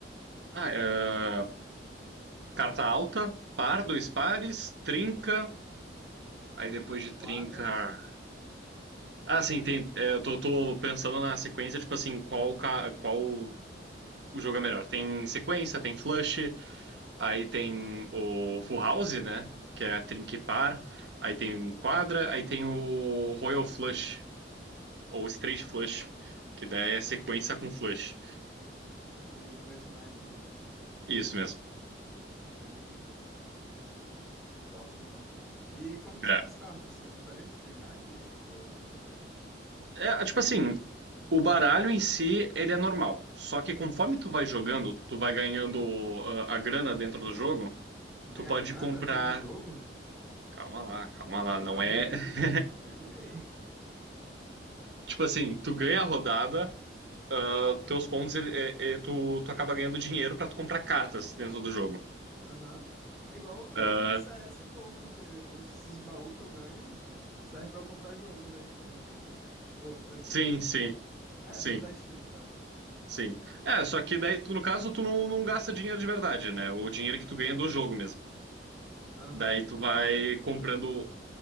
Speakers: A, on the right; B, in the centre.
A: Ah, é, carta alta, par, dois pares, trinca. Aí depois de
B: Quadra
A: trinca. Ah, sim, tem, é, eu tô, tô pensando na sequência, tipo assim, qual, ca- qual o jogo é melhor. Tem sequência, tem flush, aí tem o full house, né? Que é a trinca e par. Aí tem quadra, aí tem o royal flush, ou straight flush, que daí é sequência com flush.
B: e do mesmo naipe, né?
A: Isso mesmo.
B: Entendi. É top, então. E como que
A: É.
B: são as cartas? São diferentes? Tem naipe ou alguma coisa?
A: É, tipo assim, O baralho em si, ele é normal. Só que conforme tu vai jogando, tu vai ganhando ah, a grana dentro do jogo,
B: Ganha
A: tu pode
B: grana
A: comprar.
B: dentro do jogo?
A: Calma lá, calma
B: C-
A: lá, não
B: Calma,
A: é.
B: aí, eu me
A: <laughs>
B: animei. Me animei.
A: Tipo assim, tu ganha a rodada, ah, teus pontos, ele- é- é- tu, tu acaba ganhando dinheiro pra tu comprar cartas dentro do jogo.
B: <laughs> Aham. É igual o do,
A: Ah,
B: do CSGO, porque os, esses baús que eu ganho serve pra eu comprar jogo dentro do jogo. Ou dentro
A: sim,
B: do.
A: sim,
B: É,
A: sim,
B: dentro da Steam, no caso, né?
A: sim. É, só que daí, tu, no caso, tu não, não gasta dinheiro de verdade, né? O dinheiro que tu ganha do jogo mesmo.
B: Aham.
A: Daí tu vai comprando